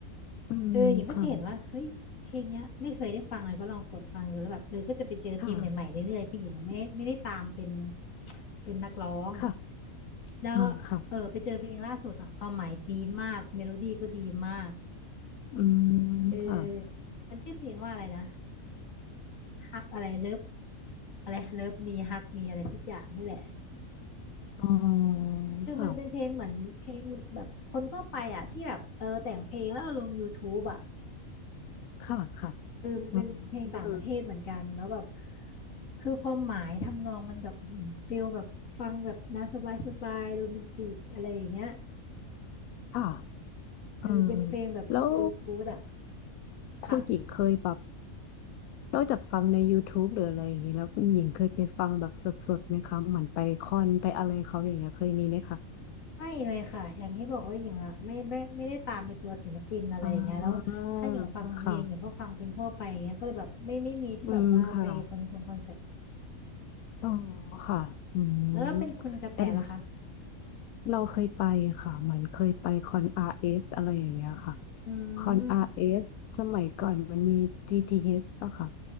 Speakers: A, on the left (about 85°); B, on the left (about 65°).
A: อืมค่ะ
B: เออหญิงก็จะเห็นว่าเฮ้ยเพลงเนี้ยไม่เคยได้ฟังเลยก็ลองกดฟังดูแล้วแบบเออก็จะไปเจอเพลงใหม่ๆเรื่อยๆคือหญิงอะไม่ไม่ได้ตามเป็น
A: ค่ะ
B: เป็นนักร้อง
A: ค่ะ
B: แล้ว
A: อ่าค่ะ
B: เออไปเจอเพลงล่าสุดอ่ะความหมายดีมากเมโลดี้ก็ดีมาก
A: อืม
B: เออ
A: ค่ะ
B: มันชื่อเพลงว่าอะไรนะ ฮักอะไรเลิฟอะไรเลิฟมีฮักมีอะไรสักอย่างนี่แหละ
A: อ๋อ
B: คือมันเป็นเพลงเหมือนเพลงแบบคนทั่วไปอ่ะที่แบบเออแต่งเพลงแล้วเอาลง
A: ค่ะ
B: YouTube อ่ะ
A: ค่ะค่ะ
B: เออมันเป็นเพลงต่างประเทศเหมือนกันแล้วแบบ
A: อืม
B: คือความหมายทำนองมันแบบอื้อหือฟิลแบบฟังแบบน่าสบายสบายโรแมนติกอะไรอย่างเงี้ย
A: ค่ะเออ
B: เออเป็นเพลงแบบฟิลกู๊ดอ่ะ
A: แล้วคุณหญิงเคยแบบ
B: ค่ะ
A: นอกจากฟังใน YouTube หรืออะไรอย่างนี้ แล้วคุณหญิงเคยไปฟังแบบสดๆไหมคะเหมือนไปคอนไปอะไรเขาอย่างเงี้ยเคยมีไหมคะ
B: ไม่เลยค่ะอย่างที่บอกว่าหญิงอ่ะไม่ไม่ไม่ได้ตามเป็นตัวศิลปินอะไรอย่างเงี้ยแล้วถ้าอย่างฟังเพลงหญิงก็ฟังเป็นทั่วไปอย่างเงี้ยก็เลยแบบไม่ไม่มีที่แบบว่าไปคอนเสิร์ตคอนเสิร์ต
A: อ่าค่ะ อืมค่ะ อ๋อค่ะอืม
B: แล้วเป็นคุณกระแตล่ะคะ
A: แต่ เราเคยไปค่ะเหมือนเคยไปคอนอาร์เอสอะไรอย่างเงี้ยค่ะ
B: อื
A: คอนอาร์เอสสมัยก่อนมันมี
B: ม
A: GTH ป่ะค่ะ